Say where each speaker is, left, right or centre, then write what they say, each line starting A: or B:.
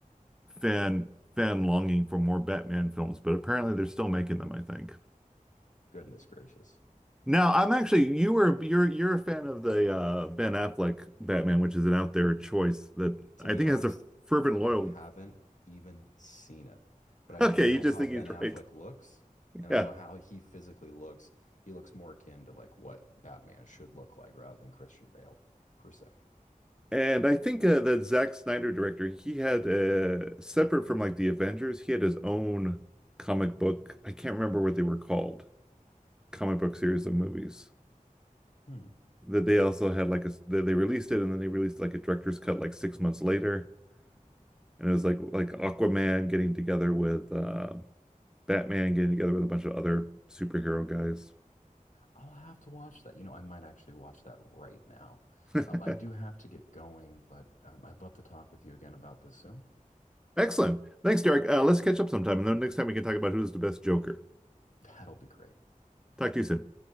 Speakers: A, in the centre; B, on the left.
A: fan fan longing for more Batman films, but apparently they're still making them, I think.
B: Goodness gracious.
A: Now, I'm actually you were you're you're a fan of the uh Ben Affleck Batman, which is an out there choice that
B: To
A: I
B: be
A: think
B: honest,
A: has a fervent loyal.
B: I haven't
A: <laughs>
B: even seen it, but I
A: Okay,
B: just know
A: you just
B: how
A: think
B: Ben
A: he's
B: Affleck
A: right. <laughs>
B: looks, and
A: Yeah.
B: I know how he physically looks. He looks more akin to like what Batman should look like rather than Christian Bale per se.
A: And I think uh, the Zack Snyder director, he had uh separate from like the Avengers, he had his own comic book. I can't remember what they were called. Comic book series of movies.
B: Hmm.
A: That they also had like a that they released it and then they released like a director's cut like six months later. And it was like like Aquaman getting together with uh Batman getting together with a bunch of other superhero guys.
B: I'll have to watch that. You know, I might actually watch that right now.
A: <laughs>
B: Um, I do have to get going, but um, I'd love to talk with you again about this soon.
A: Excellent. Thanks, Derek. Uh, let's catch up sometime, and then next time we can talk about who's the best Joker.
B: That'll be great.
A: Talk to you soon.